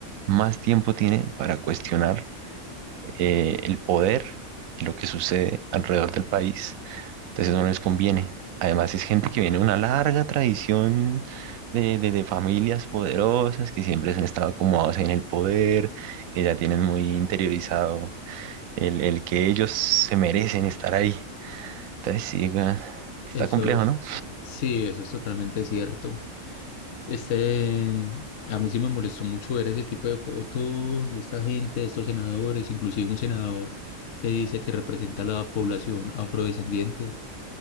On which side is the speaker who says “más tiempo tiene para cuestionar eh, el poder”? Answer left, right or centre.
Right